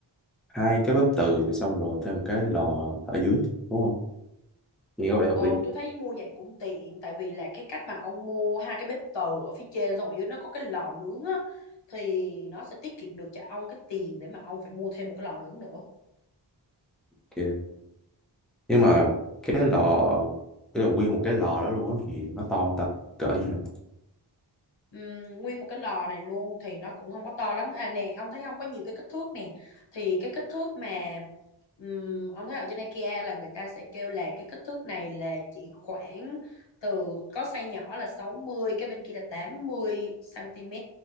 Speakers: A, in the centre; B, on the left.
A: hai cái bếp từ xong rồi thêm một cái lò ở dưới đúng không nghe có vẻ hợp
B: Ồ,
A: lý
B: tôi thấy mua vậy cũng tiện tại vì là cái cách mà ông mua hai cái bếp từ ở phía trên xong ở dưới nó có cái lò nướng á thì nó sẽ tiết kiệm được cho ông cái tiền để mà ông phải mua thêm một cái lò nướng nữa.
A: kìa nhưng mà cái lò cái là nguyên một cái lò đó luôn á thì nó to không ta cỡ như nào
B: Ừm, nguyên một cái lò này luôn thì nó cũng không có to lắm à nè ông thấy không có nhiều cái kích thước nè thì cái kích thước mà ừm, ông thấy ở trên IKEA là người ta sẽ kêu là cái kích thước này là chỉ khoảng từ có size nhỏ là sáu mươi cái bên kia là tám mươi cm